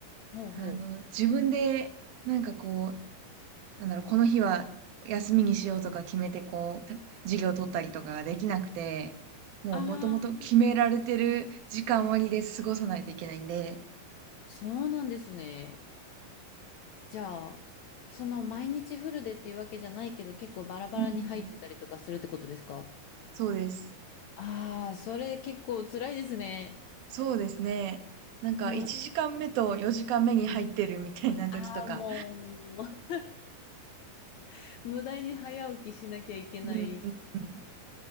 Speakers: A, on the left; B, on the right.
A: ほうほう。
B: あの、自分で、なんかこう、なんだろう、この日は休みにしようとか決めて、こう、た授業を取ったりとかができなくて、もうもともと決められてる時間割で過ごさないといけないんで、
A: ああ、あ、そうなんですね。じゃあ、その毎日フルでっていうわけじゃないけど、結構バラバラに入ってたりとかするってことですか
B: うんうんそうです。
A: ああー、それ結構辛いですね。
B: そうですね。なんか1時間目と4時間目に入ってるみたいな時とか
A: うん、ああ、もう。<laughs> 無駄に早起きしなきゃいけない。
B: うんうんうん。